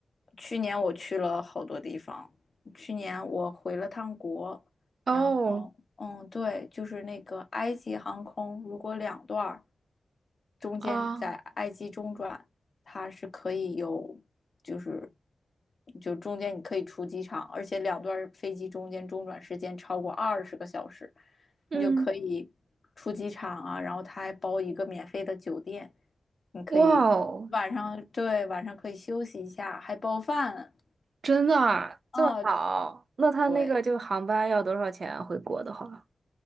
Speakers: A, on the left; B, on the right.
A: 去年我去了好多地方，去年我回了趟国，
B: <laughs> 哦，
A: 然后嗯，对，就是那个埃及航空，如果两段儿。中间在埃及中转，
B: 啊，
A: 它是可以有，就是就中间你可以出机场，而且两段飞机中间中转时间超过二十个小时，
B: 嗯，
A: 你就可以出机场啊，然后它还包一个免费的酒店，你可以晚上，
B: 哇哦，
A: 对，晚上可以休息一下，还包饭，
B: 真的啊，
A: 啊，
B: 这么早？那他那个就航班要多少钱啊回国的话，
A: 对，